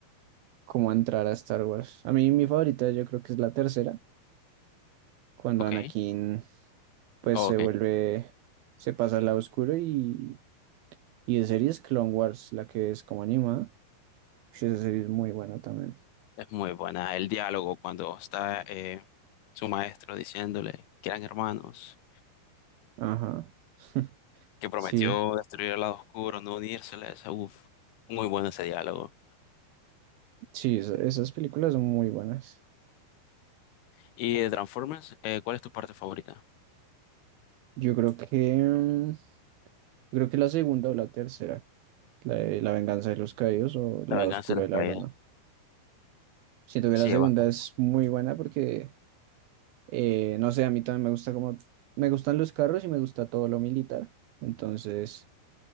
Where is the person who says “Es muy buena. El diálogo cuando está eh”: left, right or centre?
Left